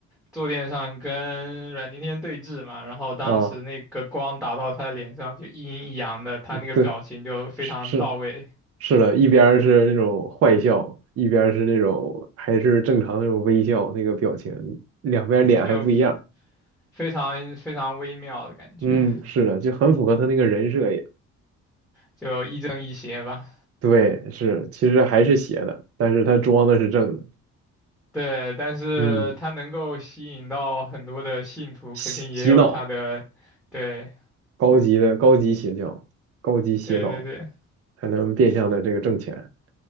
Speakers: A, in the centre; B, on the right (about 50°).
A: 坐垫上跟阮经天对峙嘛，然后当时那个光打到他的脸上，
B: 啊，
A: 就一阴一阳的，他那个表情就非常到位，
B: 对，是。是是的，一边儿是那种坏笑，一边儿是那种还是正常那种微笑那个表情，两边儿脸还不一样。
A: 就非常非常微妙的感觉，
B: 嗯，是的，就很符合他那个人设也。
A: 就亦正亦邪吧。
B: 对，是，其实还是邪的，但是他装的是正的。
A: 对，但是他能够吸引到很多的信徒，
B: 嗯，洗洗脑，
A: 肯定也有他的，对
B: 高级的高级邪教，高级洗脑，
A: 对对对
B: 才能变相的这个挣钱